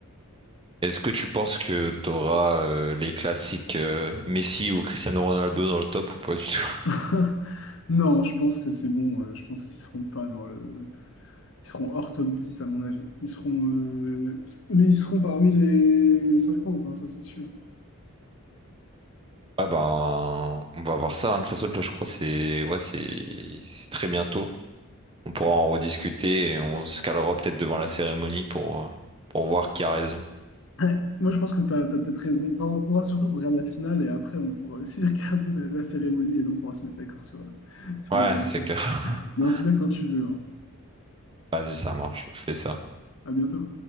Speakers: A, on the right (about 25°); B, on the left (about 60°).
A: Est-ce que tu penses que t'auras euh, les classiques euh, Messi ou Cristiano Ronaldo dans le top ou pas du tout? <laughs>
B: <laughs> Non, je pense que c'est bon. euh, Je pense qu'ils seront pas dans le, Ils seront hors top 10 à mon avis. Ils seront, euh, Mais ils seront parmi les les 50, hein, ça c'est sûr.
A: Ah ben, on va voir ça. hein. De toute façon, là, je crois que c'est ouais, c'est c'est très bientôt. On pourra en rediscuter et on se calera peut-être devant la cérémonie pour, euh, pour voir qui a raison.
B: Ouais, Moi, je pense que tu as, peut-être raison. Enfin, on pourra surtout regarder la finale et après, on pourra aussi <laughs> regarder la, la cérémonie et là, on pourra se mettre d'accord sur, euh, sur
A: Ouais,
B: le vainqueur.
A: c'est clair. <laughs>
B: Mais en tout cas, quand tu veux. hein.
A: Vas-y, ça marche, fais ça.
B: À bientôt.